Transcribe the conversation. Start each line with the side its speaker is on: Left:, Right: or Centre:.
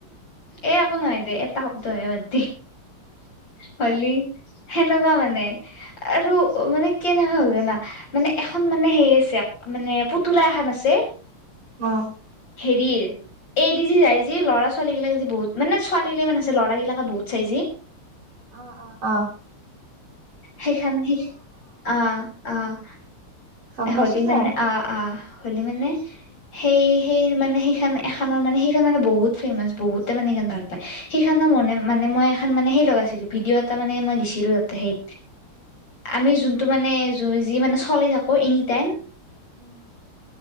Left: এ একো নহয় দে এত এটা শব্দহে বাদদি। হলি সেনেকুৱা মানে আৰু মানে কেনেকুৱা হ'ল জানা মানে এখন মানে হেৰি আছে মানে পুতলা এখন আছে।
Right: অ
Left: হেৰিৰ এইদি যি যাই যি ল'ৰা ছোৱালীগিলাক যদি বহুত মানে ছোৱালীগিলান আছে লঁৰাবিলাকে বহুত চাই যি।
Right: অ', অ', অ',।
Left: সেইখান সি অ' অ'
Right: গম
Left: হলি
Right: পাইছো
Left: মানে
Right: দে
Left: অ' অ'। হ'লে মানে সেই সেই মানে সেইখান এখানৰ মানে সেইখান মানে বহুত ফেমাচ বহুতে মানে সিখান ভাল পায় সিখান মনে মানে মই এখান মানে সেই লগাইছিলো ভিডিঅ' এটা মানে মই দিছিলোঁ তাতে সেই আমি যোনটো মানে যি মানে চলি থাকবো এনি টাইম
Right: উম